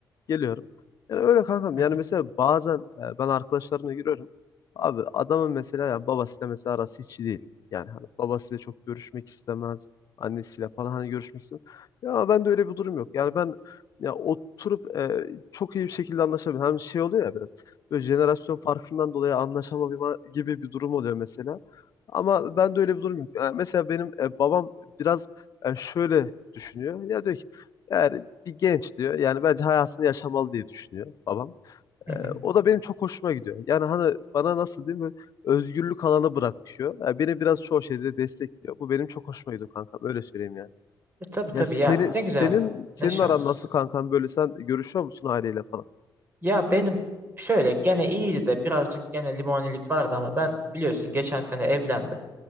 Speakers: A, on the left; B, on the right.
A: Geliyorum. Yani öyle kankam.
B: Hı
A: Yani
B: hı,
A: mesela bazen e, ben arkadaşlarımla giriyorum. Abi adamın mesela yani babasıyla mesela arası hiç iyi değil. Yani hani babasıyla çok görüşmek istemez. Annesiyle falan hani görüşmek istemez. Ya ben de öyle bir durum yok. Yani ben ya oturup e, çok iyi bir şekilde anlaşabilirim. Hem şey oluyor ya biraz böyle jenerasyon farkından dolayı anlaşamama gibi bir durum oluyor mesela. Ama ben de öyle bir durum yok. Yani mesela benim e, babam biraz e, şöyle düşünüyor. Ya diyor ki yani bir genç diyor. Yani bence hayatını yaşamalı diye düşünüyor babam.
B: hı
A: E,
B: hı.
A: o da benim çok hoşuma gidiyor. Yani hani bana nasıl diyeyim böyle özgürlük alanı bırakıyor. Yani beni biraz çoğu şeyde destekliyor. Bu benim çok hoşuma gidiyor kankam. Öyle söyleyeyim yani.
B: E, tabii
A: Ya
B: tabii
A: seni
B: ya
A: senin
B: ne güzel.
A: senin
B: Ne şans.
A: aran nasıl kankan böyle sen görüşüyor musun aileyle falan?
B: Ya benim şöyle gene iyiydi de birazcık gene limonilik vardı ama ben biliyorsun geçen sene evlendim